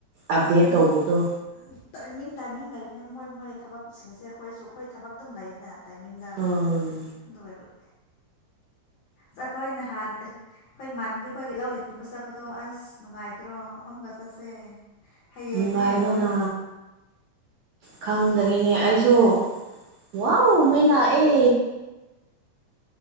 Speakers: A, on the right (about 75°); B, on the left (about 65°).
A: ꯑꯞꯗꯦꯠ
B: ꯇꯥꯏꯃꯤꯡ
A: ꯇꯧꯕꯗꯣ
B: ꯇꯥꯏꯃꯤꯡ ꯇꯥꯏꯃꯤꯡ ꯂꯩꯕꯅꯤ ꯃꯣꯏ ꯃꯣꯏ ꯊꯕꯛꯁꯤꯡ ꯑꯁꯦ ꯑꯩꯈꯣꯏꯁꯨ ꯑꯩꯈꯣꯏ ꯊꯕꯛ ꯑꯗꯨꯝ ꯂꯩꯅꯦ ꯇꯥꯏꯃꯤꯡꯗ
A: ꯎꯝ
B: ꯑꯗꯨꯒ ꯆꯈꯣꯏꯅꯦ ꯍꯥꯟ ꯑꯩꯈꯣꯏ ꯏꯃꯥꯟꯕꯤ ꯑꯩꯈꯣꯏꯒꯤ ꯂꯧ ꯂꯤꯡꯅꯤꯡꯕ ꯆꯠꯄꯗꯣ ꯑꯁ ꯅꯨꯡꯉꯥꯏꯗ꯭ꯔꯣ ꯑꯃꯒ ꯆꯠꯁꯦ ꯍꯌꯦꯡꯅꯦ
A: ꯅꯨꯡꯉꯥꯏꯕꯅ
B: ꯃꯣꯏ
A: ꯈꯪꯗ꯭ꯔꯦꯅꯦ ꯑꯩꯁꯨ ꯋꯥꯎ ꯃꯥꯏ ꯂꯥꯑꯦ